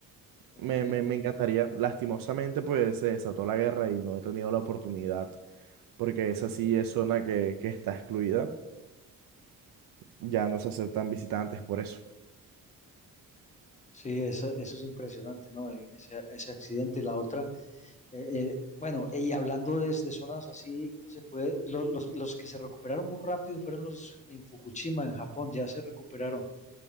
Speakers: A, on the left; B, on the right.
A: Ok.
B: me, me, me encantaría. Lastimosamente pues se desató la guerra y no he tenido la oportunidad porque esa sí es zona que, que está excluida. Ya no se aceptan visitantes por eso.
A: Sí, eso, eso es impresionante, ¿no? E, Ese, ese accidente. La otra, eh, eh, bueno, y hablando de, de zonas así que se puede, lo- los, los que se recuperaron muy rápido fueron los en Fukushima, en Japón, ya se recuperaron